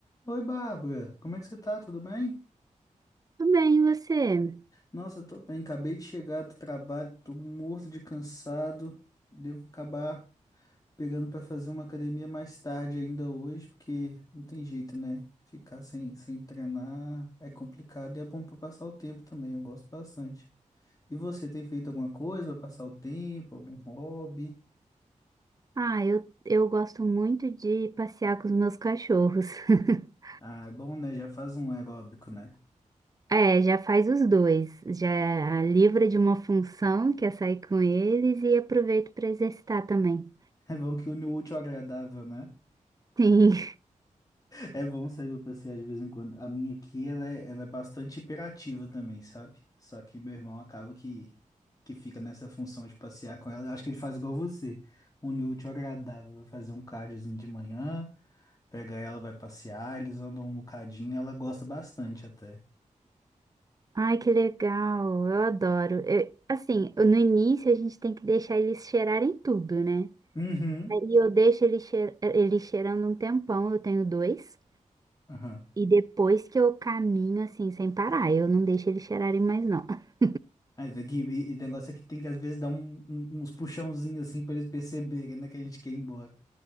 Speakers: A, on the left; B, on the right.
A: Oi, Bárbara, como é que você tá? Tudo bem?
B: Tudo bem, e você?
A: Nossa, eu tô bem, acabei de chegar do trabalho, tô morto de cansado. Devo acabar pegando pra fazer uma academia mais tarde ainda hoje, porque não tem jeito, né? Ficar sem, sem treinar é complicado e é bom pra passar o tempo também, eu gosto bastante. E você tem feito alguma coisa pra passar o tempo, algum hobby?
B: Ah, eu, eu gosto muito de passear com os meus cachorros. <laughs>
A: Ah, é bom, né? Já faz um aeróbico, né? <laughs>
B: É, já faz os dois. Já livra de uma função, que é sair com eles, e aproveito para exercitar também.
A: É bom que une o útil ao agradável, né?
B: Sim. <laughs>
A: É bom sair pra passear de vez em quando. A minha aqui, ela é, ela é bastante hiperativa também, sabe? Só que meu irmão acaba que, que fica nessa função de passear com ela. Eu acho que ele faz igual você. Une o útil ao agradável. Vai fazer um cardiozinho de manhã, pega ela, vai passear, eles andam um bocadinho, ela gosta bastante até.
B: Ai, que legal. Eu adoro. Eu- assim, no início a gente tem que deixar eles cheirarem tudo, né?
A: Uhum,
B: Aí eu deixo eles cheir- eles cheirando um tempão, eu tenho dois.
A: aham.
B: E depois que eu caminho assim, sem parar, eu não deixo eles cheirarem mais, não. <laughs>
A: Mas é que- E e o negócio é que tem que às vezes dar um- um- uns puxãozinhos assim pra eles perceberem, né, que a gente quer ir embora.